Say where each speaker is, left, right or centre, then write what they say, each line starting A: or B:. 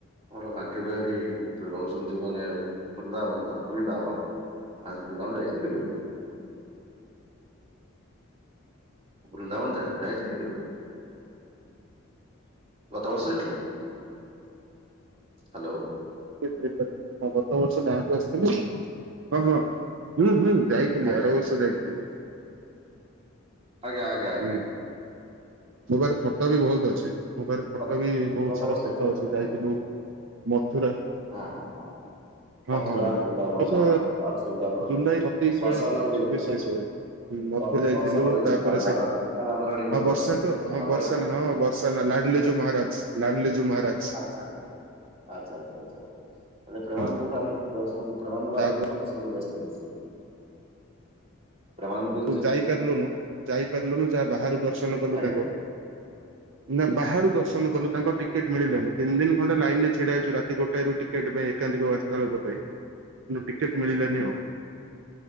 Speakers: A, on the right (about 25°); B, on the right (about 60°).
A: ଆମର ବାଙ୍କେ ବିହାରୀ ଯୋଉ ରହୁଛନ୍ତି ମାନେ ବୃନ୍ଦାବନ, ବୃନ୍ଦାବନ। ଆ ବୃନ୍ଦାବନ ଯାଇଛନ୍ତି କେବେ? ବୃନ୍ଦାବନ ଯା-ଯାଇଛନ୍ତି କେବେ? ଗତ ବଷ ଯଥିଲଥିଲେ? ହାଲୋ।
B: ହଁ ଗତ ବର୍ଷ ଗାଁକୁ ଆସିଥିଲି। ହଁ ହଁ। ହୁଁ ହୁଁ ଯାଇଥିଲି।
A: ଆଜ୍ଞା
B: ଆର ବର୍ଷ ଯାଇଥିଲି ଭାଇ।
A: ଆଜ୍ଞା, ଆଜ୍ଞା, ଆଜ୍ଞା।
B: ହୁଁ ମୋ ପାଖରେ ଫଟୋ ବି ବୋହୁତ୍ ଅଛି। ମୋ ପାଖରେ ଫଟୋ
A: ଗତ
B: ବି ବୋହୁତ୍
A: ଗତ
B: ସାରା
A: ବର୍ଷ ଯାଇଥିଲେ
B: ଫଟୋ
A: ତାହେଲେ
B: ଅଛି। ଯାଇଥିଲୁ
A: ନାଇଁ
B: ମଥୁରା।
A: ହଁ ହଁ ହଁ
B: ହଁ
A: ମଥୁରା
B: ହଁ।
A: ବୃନ୍ଦାବନ
B: ବ ସେ
A: ହଁ। ଆଉ ସେ ଯୋଉ ଆମର
B: ଜୁଲାଇ ସତେଇଶି
A: ବର୍ଷାନା
B: ବେଳେ ହେଇଥିଲି।
A: ବି ଯାଇଥିବେ
B: ଛବିଶ ଚାଳିଶ ଭାଲିଆ। ହଁ ମଥୁ
A: ବ-
B: ଯାଇଥିଲୁ
A: ବର୍ଷାନା ଯାଇଛନ୍ତି
B: ତାପରେ
A: ତାହେଲେ ରାଧା
B: ସେଠି
A: ରାଧାରାଣୀଙ୍କର
B: ହଁ
A: ଜ-
B: ବର୍ଷା ତ ହଁ
A: ରାଧାରାଣୀ
B: ବର୍ଷା ହଁଷ ସ ନା ଲାଡଲିଜୁ ମହାରାଜ ଲାଡଲିଜୁ ମହାରାଜ
A: ଆଛା, ଆଚ୍ଛା, ଆଚ୍ଛା, ଆଚ୍ଛା। ଆ ପ୍ରେମାନନ୍ଦ
B: ହଁ
A: ସାର୍ ଙ୍କ ଦର୍ଶନ, ପ୍ରେମାନନ୍ଦ ମହାରାଜ
B: ତାପରେ
A: ଙ୍କ ଦର୍ଶନ କରି ଆସିଛନ୍ତି ନି ପ୍ରେମାନନ୍ଦ
B: ତୁ ଯାଇପାରିଲୁନୁ, ଯାଇପାରିଲୁନୁ ଯାହା ବାହାରୁ ଦର୍ଶନ କଲୁ।
A: ଆଜ୍ଞା
B: ତାଙ୍କ ନା ବାହାରୁ ଦର୍ଶନ
A: ଆଚ୍ଛା
B: କଲୁ। ତାଙ୍କ ଟିକେ ଟିକେଟ୍ ମିଳିଲାନି। ତିନି ଦିନ ଖଣ୍ଡେ ଲାଇନ୍ ରେ ଛିଡା ହେଇଚୁ ରାତି ଗୋଟାଏରୁ ଟିକେଟ ପାଇଁ। ଏକାଧିକ ବାସ୍ତା ଲୋକ ପାଇଁ। କିନ୍ତୁ ଟିକେଟ୍ ମିଳିଲାନି ଆଉ।